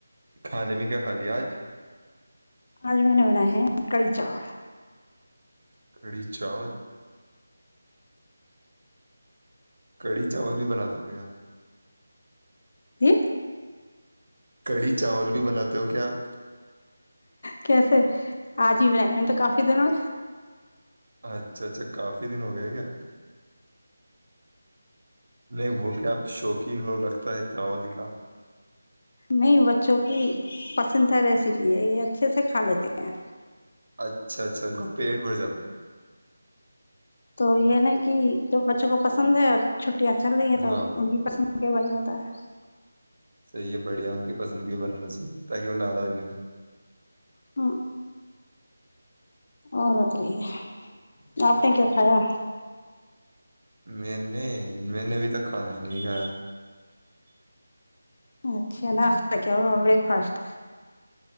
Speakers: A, on the right; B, on the left.
A: کھانے میں کیا کھا لیا آج؟
B: آج میں نے بناائے ہیں کڑھی چاول
A: کڑھی چاول کڑھی چاول بھی بناتے ابھی آپ
B: ج <unintelligible>
A: کڑھی چاول بھی بناتے ہو کیا آپ؟
B: کیسے آج ہی ب ہے میں تو کافی دنوں میں
A: اچھا اچھا کافی دن ہو گئے کیا نہیں وہ کیا آپ شوقین ہو لگتا ہے چاول کا
B: نہیں بچوں کی پسندیدہ ریسیپی ہے یہ اچھے سے کھا لیتے ہیں
A: اچھا اچھا ان کا پیٹ بھر جاتا ہے
B: تو یہ نا کہ جو بچوں کو پسند ہے چ ں چل رہی
A: ہے
B: ہیں
A: ہاں
B: تو ان کی پسند کیا بن جاتا ہے
A: صحیح ہے بڑھیا ان کی پسندگیاں بنانا چاہیے تاکہ وہ ناراض نہیں ہوئے
B: ہ اور بت رہی ہے آپ نے کیا کھایا
A: میں نے میں نے ابھی تک کھانا ہی نہیں کھایا
B: اچھا ناشہ کیا ہو بریکفاسٹ